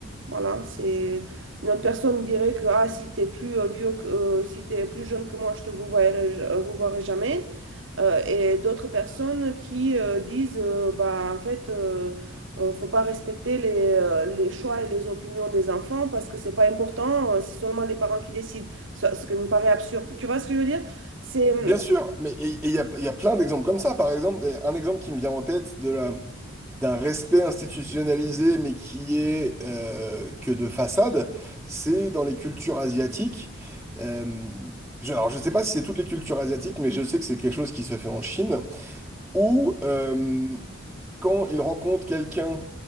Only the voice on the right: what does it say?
Voilà, c'est une autre personne dirait que ah, si t'es plus euh, vieux que, euh, si t'es plus jeune que moi, je te vous verrai, euh, vous verrai jamais. Euh, et d'autres personnes qui euh, disent euh, bah en fait euh, euh, faut pas respecter les, euh, les choix et les opinions des enfants parce que c'est pas important, euh, c'est seulement les parents qui décident. Ce, ce qui me paraît absurde. Tu vois ce que je veux dire? C'est euh,